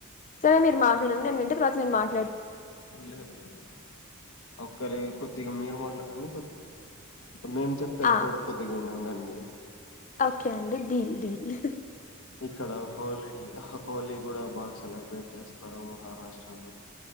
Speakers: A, on the left; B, on the left.
A: సరే మీరు మాట్లాడండి నేను వింటే తర్వాత నేను మాట్
B: లేదు లేదు ఒక్కరి కొద్దిగా మీరు మాట్లాడండి మేం చెప్తే అది
A: ఆ
B: కూడా కొద్దిగా వినండి ఉండండి
A: ఓకే అండి డీల్ డీల్
B: ఇక్కడ హోలీ హోలీ కూడా బాగా సెలబ్రేట్ చేస్తారు మహారాష్ట్ర లో